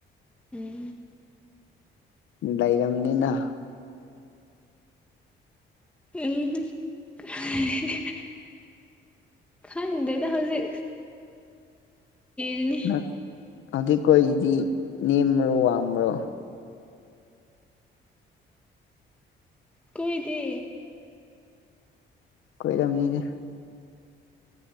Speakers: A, in the centre; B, on the left.
A: ꯎꯝ
B: ꯥꯂꯩꯔꯝꯅꯤꯅ
A: ꯎꯝ <unintelligible> ꯈꯪꯗꯦꯗ ꯍꯧꯖꯤꯛ ꯊꯤꯔꯤꯅꯤ
B: <unintelligible> ꯀꯣꯏꯗꯤ ꯅꯦꯝꯕ꯭ꯔꯣ ꯋꯥꯡꯕ꯭ꯔꯣ
A: ꯀꯣꯏꯗꯦ
B: ꯀꯣꯏꯔꯝꯅꯤꯅꯦ